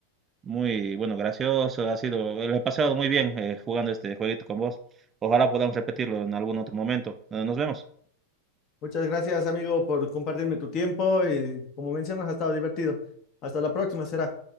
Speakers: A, on the right; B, on the left.
A: muy, bueno, gracioso. Ha sido, lo he pasado muy bien eh, jugando este jueguito con vos. Ojalá podamos repetirlo en algún otro momento. Eh, Nos vemos.
B: muchas gracias amigo por compartirme tu tiempo y como mencionas ha estado divertido. Hasta la próxima será.